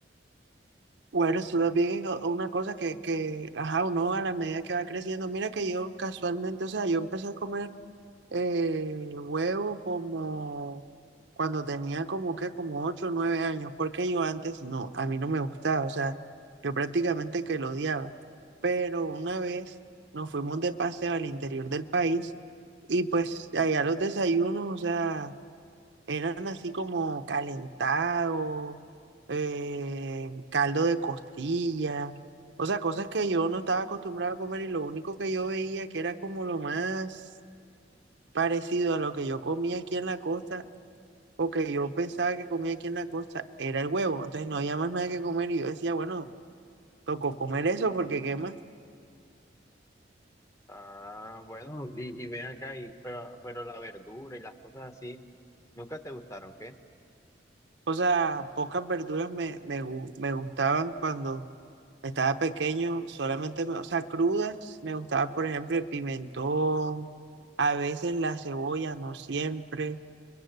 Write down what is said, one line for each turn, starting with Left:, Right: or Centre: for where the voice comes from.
Right: Bueno, eso también es o- una cosa que, que, ajá, uno a la medida que va creciendo, mira que yo casualmente, o sea, yo empecé a comer Eh, juego como cuando tenía como que como ocho o nueve años, porque yo antes no, a mí no me gustaba, o sea, yo prácticamente que lo odiaba. Pero una vez nos fuimos de paseo al interior del país y pues allá los desayunos, o sea, eran así como calentado, eh, caldo de costilla, o sea, cosas que yo no estaba acostumbrado a comer y lo único que yo veía que era como lo más parecido a lo que yo comía aquí en la costa o que yo pensaba que comía aquí en la costa era el huevo. Entonces no había más nada que comer y yo decía, bueno, tocó comer eso porque qué más.
Left: Ah, bueno, y, y ven acá, y, pero, pero la verdura y las cosas así, ¿nunca te gustaron, qué?
Right: O sea, pocas verduras me, me, gu- me gustaban cuando estaba pequeño, solamente, me- o sea, crudas, me gustaba, por ejemplo, el pimentón, a veces la cebolla, no siempre,